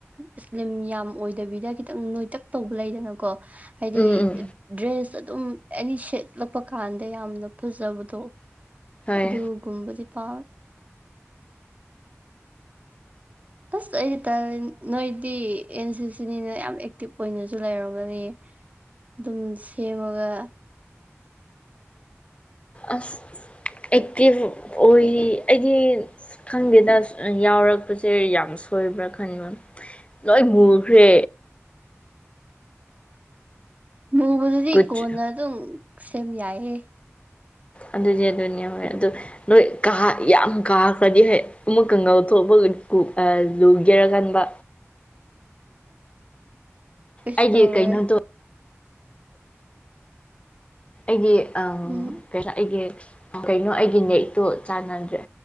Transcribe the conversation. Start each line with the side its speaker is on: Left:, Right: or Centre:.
Right: ꯏꯁꯂꯤꯝ ꯌꯥꯝ ꯑꯣꯏꯗꯕꯤꯗ ꯈꯤꯇꯪ ꯅꯣꯏꯇꯛ ꯇꯧꯕ ꯂꯩꯗꯅꯀꯣ ꯍꯥꯏꯗꯤ
Left: ꯎꯝ ꯎꯝ
Right: ꯗ꯭ꯔꯦꯁ ꯑꯗꯨꯝ ꯑꯦꯅꯤ ꯁꯦꯠꯂꯛꯄ ꯀꯥꯟꯗ ꯌꯥꯝꯅ ꯐꯖꯕꯗꯣ
Left: ꯍꯣꯏ
Right: ꯑꯗꯨꯒꯨꯝꯕꯗꯤ ꯄ ꯑꯁ ꯑꯩꯗꯤ ꯇꯜꯂꯤ ꯅꯣꯏꯗꯤ ꯑꯦꯟ ꯁꯤ ꯁꯤꯅꯤꯅ ꯌꯥꯝ ꯑꯦꯛꯇꯤꯚ ꯑꯣꯏꯅꯁꯨ ꯂꯩꯔꯝꯒꯅꯤ ꯑꯗꯨꯝ ꯁꯦꯝꯃꯒ
Left: ꯑꯁ ꯑꯦꯛꯇꯤꯚ ꯑꯣꯏꯔꯤ ꯑꯩꯗꯤ ꯈꯪꯗꯦꯗ ꯌꯥꯎꯔꯛꯄꯁꯦ ꯌꯥꯝ ꯁꯣꯏꯕ꯭ꯔꯥ ꯈꯟꯕ ꯂꯣꯏ ꯃꯨꯈ꯭ꯔꯦ
Right: ꯃꯨꯕꯗꯗꯤ
Left: ꯀꯨꯆ
Right: ꯀꯣꯟꯅ ꯑꯗꯨꯝ ꯁꯦꯝ ꯌꯥꯏꯍꯦ
Left: ꯑꯗꯨꯅꯦ ꯑꯗꯨꯅꯦ ꯍꯣꯏ ꯑꯗꯨ ꯅꯣꯏ ꯀꯥ ꯌꯥꯝ ꯀꯥꯈ꯭ꯔꯗꯤ ꯍꯣꯏ ꯑꯃꯨꯛꯀ ꯉꯧꯊꯣꯛꯄꯒ ꯀꯨ ꯑ ꯂꯨꯒꯦꯔ ꯈꯟꯕ
Right: ꯀꯩꯁꯨ
Left: ꯑꯩꯒꯤ
Right: ꯇꯧꯔꯣꯏ
Left: ꯀꯩꯅꯣꯗꯣ ꯑꯩꯒꯤ ꯑ
Right: ꯎꯝ
Left: ꯑꯩꯒꯤ ꯀꯩꯅꯣ ꯑꯩꯒꯤ ꯅꯦꯛꯇꯣ ꯆꯥꯟꯅꯗ꯭ꯔꯦ